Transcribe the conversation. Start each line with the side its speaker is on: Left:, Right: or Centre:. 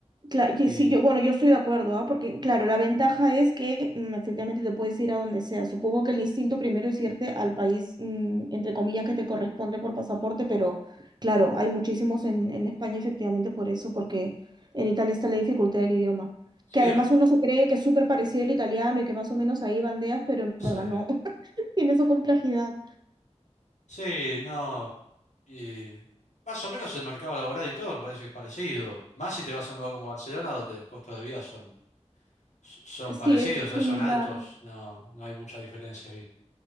Right: cla- y
Left: Y
Right: sí, yo, bueno, yo estoy de acuerdo, ¿ah? Porque, claro, la ventaja es que mm, efectivamente te puedes ir a donde sea. Supongo que el instinto primero es irte al país, mm, entre comillas, que te corresponde por pasaporte, pero claro, hay muchísimos en, en España efectivamente por eso, porque en Italia está la dificultad del idioma.
Left: sí,
Right: Que además
Left: em,
Right: uno se cree que es súper parecido al italiano y que más o menos ahí bandeas, pero en
Left: sí,
Right: verdad no. <laughs> Tiene su complejidad.
Left: sí, no, y más o menos el mercado laboral y todo me parece que es parecido, más si te vas a un lugar como Barcelona donde los costos de vida son, son
Right: Sí,
Left: parecidos,
Right: es
Left: o sea,
Right: similar.
Left: son altos, no, no hay mucha diferencia ahí.